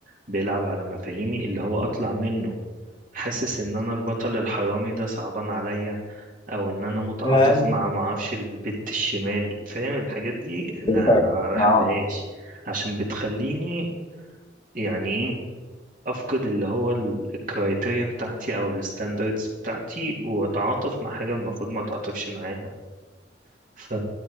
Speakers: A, on the right; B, on the left.
A: بيلعب على مفاهيمي اللي هو اطلع منه حاسس ان انا البطل الحرامي ده صعبان عليا او ان انا متعاطف
B: أيوة.
A: مع معرفش البت الشمال فاهم الحاجات دي لا
B: فاهم
A: أنا ما بحبهاش
B: آه.
A: عشان بتخليني يعني ايه افقد اللي هو ال- الكرايتيريا بتاعتي او الستاندردز بتاعتي واتعاطف مع حاجة المفروض ما اتعاطفش معاها ف